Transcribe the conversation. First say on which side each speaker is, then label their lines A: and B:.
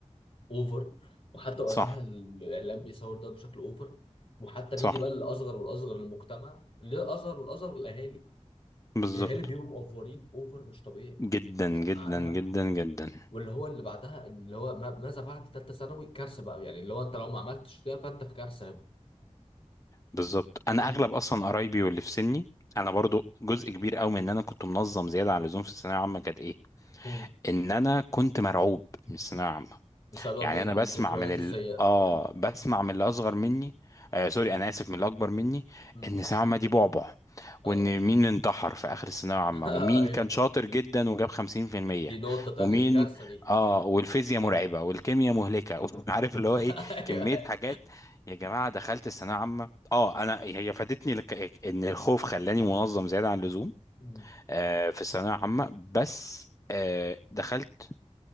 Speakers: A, on the left; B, on the left.
A: اوفر وحتى وقتها
B: صح
A: الاعلام بيصور ده بشكل اوفر وحتى نيجي
B: صح
A: بقى للاصغر والاصغر للمجتمع للاصغر والاصغر للاهالي
B: بالظبط
A: الهلال بيبقوا مقفورين اوفر مش طبيعي
B: جدا
A: سقعنها
B: جدا جدا جدا
A: واللي هو اللي بعدها اللي هو ما- ماذا بعد ثالثه ثانوي كارثه بقى يعني اللي هو انت لو ما عملتش كده فانت في كارثه
B: بالظبط انا
A: مم.
B: اغلب اصلا قرايبي واللي في سني انا برضو جزء كبير قوي من ان انا كنت منظم زياده عن اللزوم في الثانويه العامه كانت ايه
A: مم.
B: ان انا كنت مرعوب من الثانويه العامه
A: بسبب
B: يعني
A: الذكريات
B: انا بسمع من ال...
A: السيئه
B: اه
A: مم.
B: بسمع من اللي اصغر مني آه سوري انا اسف من اللي اكبر مني
A: مم.
B: ان سلامة دي بعبع
A: اه
B: وان مين انتحر في اخر الثانويه العامه
A: <laughs>
B: ومين
A: ايوه
B: كان شاطر جدا وجاب 50%
A: دي نقطه تانيه
B: ومين
A: دي كارثه دي
B: اه والفيزياء مرعبه والكيمياء
A: مم.
B: مهلكه <laughs> عارف اللي هو
A: <laughs> ايوه
B: ايه كميه
A: أيوة.
B: حاجات يا جماعه دخلت الثانويه العامه اه انا هي فادتني لك... ان الخوف خلاني منظم زياده عن اللزوم
A: <laughs> مم.
B: آه في الثانويه العامه بس آه دخلت